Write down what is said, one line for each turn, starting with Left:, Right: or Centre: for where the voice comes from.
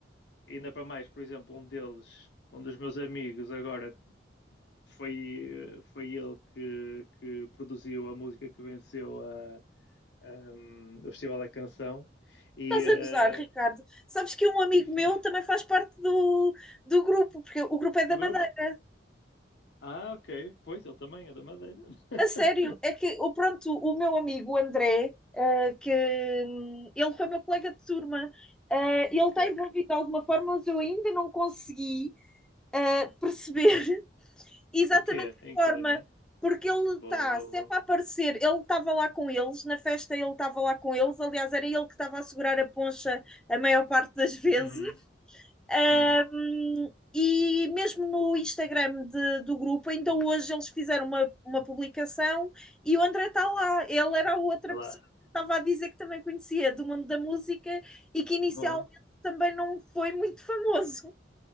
Left: ainda para mais, por exemplo, um deles, um dos meus amigos, agora foi, eh, foi ele que, que produziu a música que venceu a, ahm, o Festival da Canção. E,
Centre: Estás
Left: ah,
Centre: a gozar, Ricardo. Sabes que um amigo
Left: <laughs>
Centre: meu também faz parte do, do grupo, porque o grupo é da
Left: do
Centre: Madeira.
Left: grupo? Ah, ok. Pois, ele também é da Madeira. <laughs>
Centre: A sério, é que, o pronto, o meu amigo o André, ah, que hum, ele foi meu colega de turma, ah, ele
Left: Ok.
Centre: está envolvido de alguma forma, mas eu ainda não consegui eh, perceber <laughs> exatamente
Left: O quê?
Centre: que
Left: Em
Centre: forma,
Left: quê, né?
Centre: porque ele
Left: Boa,
Centre: está
Left: boa,
Centre: sempre
Left: boa.
Centre: a aparecer. Ele estava lá com eles, na festa ele estava lá com eles, aliás, era ele que estava a segurar a poncha a maior parte das vezes.
Left: Uhum,
Centre: Ahm,
Left: uhum.
Centre: e mesmo no Instagram de- do grupo, ainda hoje eles fizeram uma, uma publicação e o André está lá. Ele era a outra
Left: Olha
Centre: pessoa
Left: lá.
Centre: que estava a dizer que também conhecia do mundo da música e que inicialmente
Left: Boa.
Centre: também não foi muito famoso.